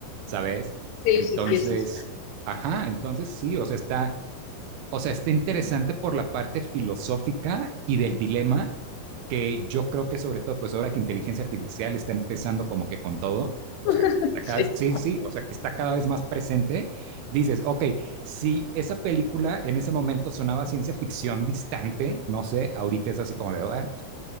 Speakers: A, on the right; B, on the left.
A: ¿sabes?
B: sí,
A: Entonces,
B: sí, sí. Sí. Sí.
A: ajá, entonces sí, o sea, está, o sea, está interesante por la parte filosófica y del dilema que yo creo que sobre todo, pues ahora que inteligencia artificial está empezando como que con todo, o
B: <laughs>
A: sea, está cada
B: Sí.
A: vez, sí, sí, o sea, que está cada vez más presente, dices, ok, si esa película en ese momento sonaba ciencia ficción distante, no sé, ahorita es así como de, "Ah,